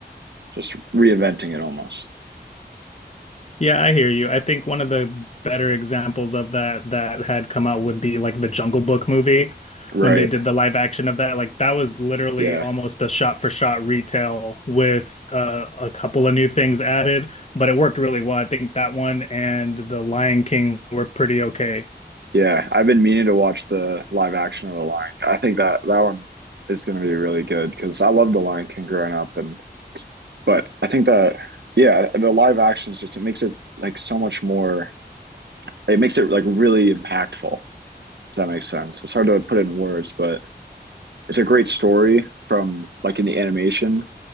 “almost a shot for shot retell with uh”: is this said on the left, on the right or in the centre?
Left